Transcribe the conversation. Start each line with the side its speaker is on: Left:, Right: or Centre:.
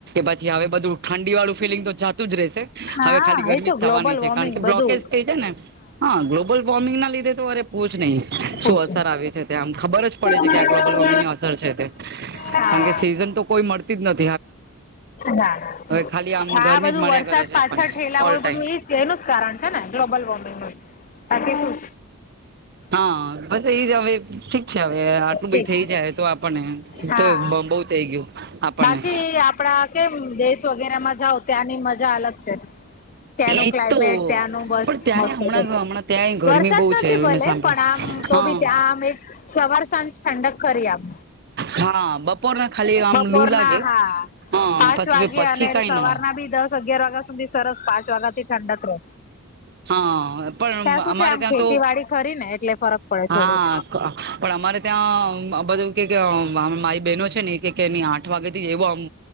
Right: પછી હવે બધું ઠંડી વાળું ફીલિંગ તો જાતું જ રહેશે
Left: હા
Right: હવે ખાલી ગરમી
Left: એ તો
Right: જ
Left: ગ્લોબલ
Right: થવાની છે.
Left: વોર્મિંગ
Right: કારણ કે
Left: બધું
Right: બ્લોકેજ થઈ છે ને. હા ગ્લોબલ વોર્મિંગ <unintelligible> પૂછ નહીં
Left: ખુશ
Right: શું અસર આવે છે ત્યાં આમ પડે
Left: હા
Right: છે આ ગ્લોબલ વોર્મિંગની અસર છે તે
Left: ના
Right: કારણ કે સીઝન તો કોઈ મળતી જ નથ
Left: ના,
Right: ખાલી આમ
Left: આ
Right: ગરમી
Left: બધું
Right: જ મળ્યા
Left: વરસાદ
Right: કરે છે
Left: પાછળ
Right: આપણને
Left: ઠેલા
Right: ઓલ
Left: હોય
Right: ટાઈમ
Left: બધું એ જ એનું જ કારણ છે ને ગ્લોબલ વોર્મિંગ નું. આ છે શું?
Right: હા બસ એ જ હવે ઠીક છે હવે. આટલું
Left: ઠીક
Right: બી થઈ
Left: છે
Right: જાય તો આપણને
Left: હા
Right: તો બહુ થઈ ગયું આપણને
Left: બાકી આપણા કેમ દેશ વગેરામાં જાઓ ત્યાંની મજા અલગ છે. ત્યાંનું
Right: એજ
Left: ક્લાઇમેટ
Right: તો
Left: ત્યાંનું બસ
Right: પણ ત્યાંય
Left: મસ્ત
Right: હમણાં
Left: છે
Right: હમણાં ત્યાંય ગરમી
Left: વરસાદ
Right: બહુ
Left: નથી
Right: છે
Left: ભલે
Right: મેં સાંભળી
Left: પણ આમ તો
Right: હા
Left: બી ત્યાં આમ એક સવાર સાંજ ઠંડક ખરી આમ.
Right: હા બપોરના ખાલી આમ
Left: બપોરના
Right: લૂ લાગે
Left: હા
Right: હા
Left: પાંચ
Right: પછી
Left: વાગે
Right: પછી
Left: અને
Right: કઈ
Left: સવારના
Right: ના હોય
Left: બી દસ અગિયાર વાગ્યા સુધી સરસ પાંચ વાગ્યાથી ઠંડક રહે
Right: હા પણ
Left: ત્યાં શું
Right: અમારે
Left: છે આમ
Right: ત્યાં
Left: ખેતીવાડી
Right: તો
Left: કરીને એટલે ફરક પડે
Right: હા
Left: થોડી.
Right: પણ અમારે ત્યાં બધું કે કે અ મારી બહેનો છે ને એ કે નઈ આઠ આઠ વાગે થી જ એવો આમ